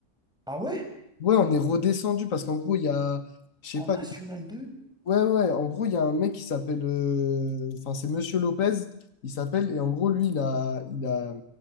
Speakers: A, in the centre; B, on the left (about 60°).
A: Ah ouais?
B: Ouais, on est redescendu parce qu'en gros, il y a, je sais
A: En
B: pas,
A: national deux
B: Ouais, ouais, ouais. en gros, il y a un mec qui s'appelle. euh, Enfin, c'est Monsieur Lopez, il s'appelle. Et en gros, lui, il a, il a,